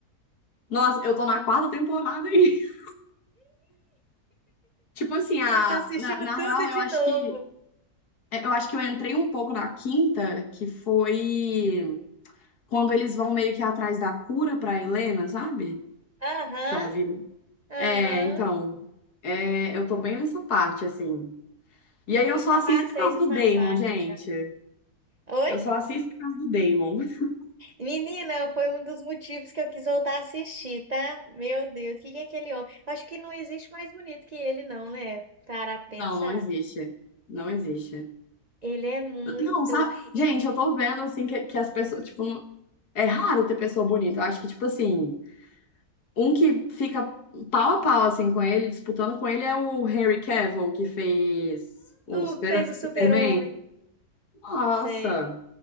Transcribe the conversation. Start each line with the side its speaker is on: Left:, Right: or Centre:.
Left: Nossa, eu tô na quarta temporada aí. <laughs> Tipo assim, a,
Right: Eu tô assistindo
Left: na, na
Right: tudo
Left: real,
Right: de
Left: eu acho
Right: novo.
Left: que é, eu acho que eu entrei um pouco na quinta, que foi quando eles vão meio que atrás da cura pra Helena, sabe?
Right: Aham.
Left: Que ela vira.
Right: Aham,
Left: É, então, é, eu tô bem nessa parte, assim. E aí
Right: eu
Left: eu só
Right: já
Left: assisto
Right: passei
Left: por causa
Right: dessa
Left: do Damon,
Right: parte
Left: gente.
Right: já. Oi?
Left: Eu só assisto por causa do Damon. <laughs>
Right: Menina, foi um dos motivos que eu quis voltar a assistir, tá? Meu Deus, o que que é aquele homem? Acho que não existe mais bonito que ele, não, né? Para pensar.
Left: Não, não existe. Não existe.
Right: Ele é muito.
Left: Não, sabe? Gente,
Right: E
Left: eu tô vendo, assim, que, que as pessoas, tipo, não- é raro ter pessoa bonita. Eu acho que, tipo assim, Um que fica pau a pau, assim, com ele, disputando com ele, é o Henry Cavill, que fez o Super-
Right: o que fez o
Left: Superman.
Right: super-homem?
Left: Nossa,
Right: Sei,